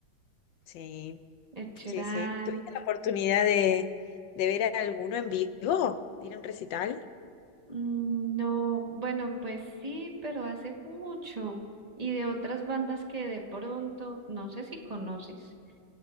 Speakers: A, on the left; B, on the right.
A: sí.
B: Ed Sheeran?
A: Sí, sí. ¿Tuviste la oportunidad de, de ver a alguno en vivo? ¿De ir a un recital?
B: Mm, No, bueno, pues sí, pero hace mucho. Y de otras bandas que de pronto, no sé si conoces.